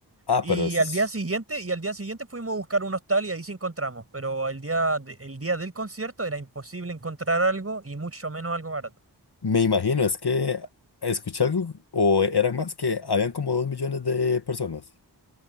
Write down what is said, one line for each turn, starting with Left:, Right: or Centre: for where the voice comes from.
Left: Ah,
Right: Y
Left: pero eso
Right: al
Left: es-
Right: día siguiente, y al día siguiente fuimos a buscar un hostal y ahí sí encontramos, pero el día, de- el día del concierto era imposible encontrar algo y mucho menos algo barato.
Left: me imagino, es que escuché algo, o eran más que habían como dos millones de personas.